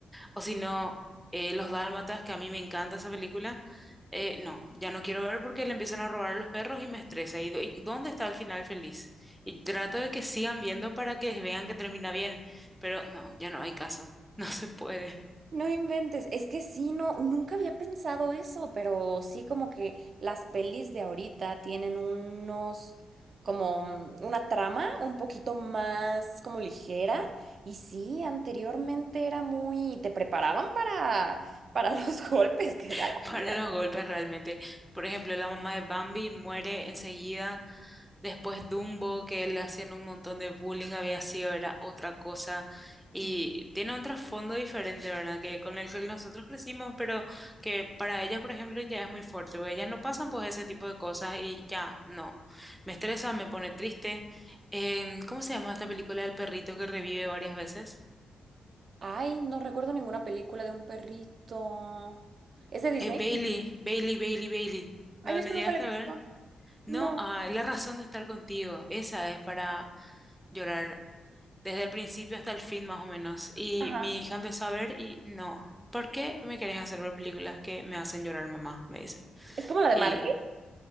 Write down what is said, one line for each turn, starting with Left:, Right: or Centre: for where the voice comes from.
Centre: O si no, eh, Los Dálmatas, que a mí me encanta esa película, eh, no, ya no quiero ver porque le empiezan a robar a los perros y me estresa. ¿Y, do- y dónde está el final feliz? Y trato de que sigan viendo para que vean que termina bien, pero no, ya no hay caso, <laughs> no se puede.
Right: No inventes, es que sí, no, nunca había pensado eso, pero sí como que las pelis de ahorita tienen unos, como mm, una trama un poquito más como ligera y sí, anteriormente era muy, te preparaban para, para <laughs> los golpes que da
Centre: <laughs>
Right: la vida.
Centre: para los
Right: por
Centre: golpes realmente. Por ejemplo, la mamá de Bambi muere enseguida. Después Dumbo, que le hacían un montón de bullying, había sido, era otra cosa. Y
Right: ti.
Centre: tiene un trasfondo diferente, ¿verdad? Que con el que nosotros crecimos, pero que para ellas, por ejemplo, ya es muy fuerte, porque ellas no pasan por ese tipo de cosas y ya no. Me estresa, me pone triste. En- ¿cómo se llama esta película del perrito que revive varias veces?
Right: Ay, no recuerdo ninguna película de un perrito. ¿Es de Disney?
Centre: Eh, Bailey, Bailey, Bailey, Bailey.
Right: Ay,
Centre: No,
Right: yo
Centre: no
Right: eso
Centre: llegaste
Right: nunca la he visto.
Centre: a ver. No,
Right: No,
Centre: ah, la razón de estar contigo, esa es para llorar desde el principio hasta el fin más o menos. Y
Right: ajá.
Centre: mi hija empezó a ver y no, ¿por qué me querés hacer ver películas que me hacen llorar, mamá? Me dice.
Right: ¿Es como la de
Centre: Y
Right: Marley?